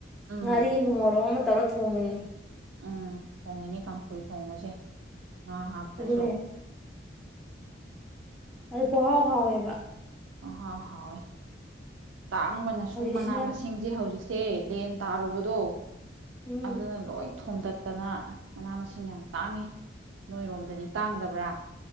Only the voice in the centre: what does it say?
ꯉꯥꯔꯤ ꯑꯃ ꯃꯣꯔꯣꯛ ꯑꯃ ꯇꯧꯔ ꯊꯣꯡꯉꯤꯕꯅꯤ꯫
ꯑꯗꯨꯅꯦ ꯑꯗꯨ ꯄꯣꯍꯥꯎ ꯍꯥꯎꯋꯦꯕ꯫
ꯍꯧꯖꯤꯛꯁꯤꯅ
ꯎꯝ